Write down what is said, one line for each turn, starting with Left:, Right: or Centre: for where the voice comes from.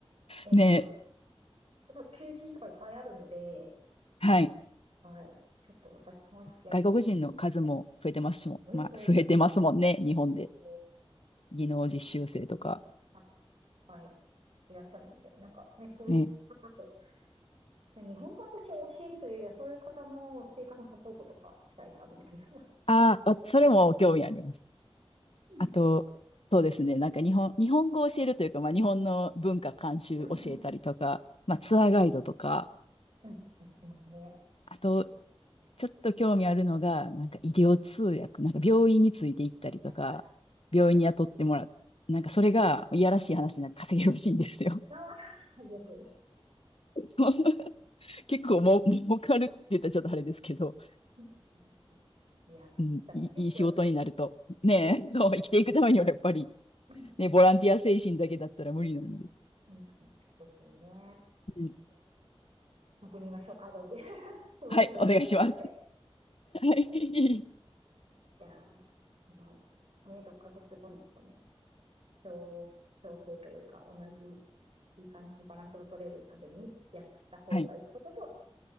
Right: えっと、
Left: ね
Right: やっぱ求人とかいっぱいあるので、
Left: え。はい。
Right: はい、ちょっと私もやりたい。
Left: 外国人の数も増えてますしも、
Right: 声増えてます。
Left: まあ、増えてますもんね。日本で。
Right: そ
Left: 技能実習生とか。
Right: うはい、はい、いらっしゃるので、なんかね、そういう方と、
Left: ね。
Right: で日本語私を教えるというよりは、そういう方の生活のサポートとかしたいな、みたいな。
Left: ああ、わそれも興味あります。
Right: うん。
Left: あと、そうですね。なんか日本、日本語を教えるというか、まあ日本の文化監修教えたりとか、
Right: うんうん。はい。
Left: まあツアーガイドとか、
Right: うん。うんね。
Left: あと
Right: いろいろ。
Left: ちょっと興味あるのが、なんか医療通訳、なんか病院について行ったりとか、
Right: はいはい。ありますよね。
Left: 病院に雇ってもらう。なんかそれが、いやらしい話でなんか稼げるらしいんですよ。
Right: ああ、よく。
Left: <laughs> 結構もう、儲かるって言ったらちょっとあれですけど、
Right: うんうんいや、
Left: うん、
Right: 大事ですよ。
Left: いい、いい仕事になると。ねえ、そう、生きていくためにはやっぱり、
Right: うんうん
Left: ね、ボランティア精神だけだったら無理なんで。
Right: うんですね。
Left: うん、
Right: じゃあ聞いてみましょうか、どうで。<laughs> すみません、
Left: はい、
Right: 余談が長くて。
Left: お願いします。<laughs> はい。
Right: じゃあ、あのね、6ヶ月後にその、調、調整というか、同じ、いい感じにバランスが取れるために、やった方がいいことと、
Left: はい。